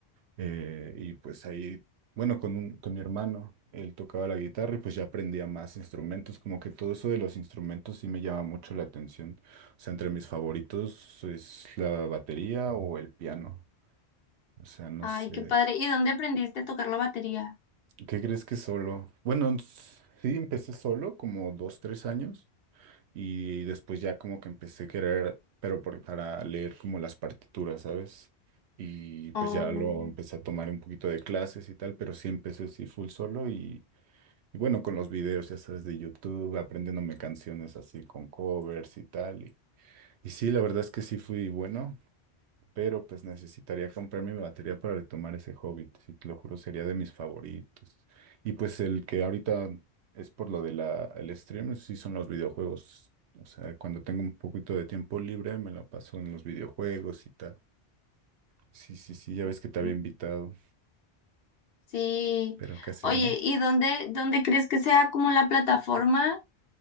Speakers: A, on the right; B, on the left.
A: Eh, y pues ahí, bueno, con un, con mi hermano, él tocaba la guitarra y pues ya aprendía más instrumentos, como que todo eso de los instrumentos sí me llama mucho la atención. O sea, entre mis favoritos es la batería o el piano. O sea, no
B: Ay,
A: sé,
B: qué padre. ¿Y dónde aprendiste a tocar la batería?
A: ¿qué crees que solo? Bueno, s- sí, empecé solo como dos, tres años. Y después ya como que empecé a querer, pero por- para leer como las partituras, ¿sabes? Y pues
B: Oh,
A: ya lo empecé a tomar un poquito de clases y tal, pero sí empecé así full solo y, y bueno, con los videos, ya sabes, de YouTube, aprendiéndome canciones así con covers y tal. Y, y sí, la verdad es que sí fui bueno, pero pues necesitaría comprarme mi batería para retomar ese hobby. sí, te lo juro, sería de mis favoritos. Y pues el que ahorita es por lo de la, el stream, sí son los videojuegos. O sea, cuando tengo un poquito de tiempo libre, me la paso en los videojuegos y tal. Sí, sí, sí, ya
B: ok.
A: ves que te había invitado,
B: Sí.
A: pero casi
B: Oye,
A: no.
B: ¿y dónde, dónde crees que sea como la plataforma?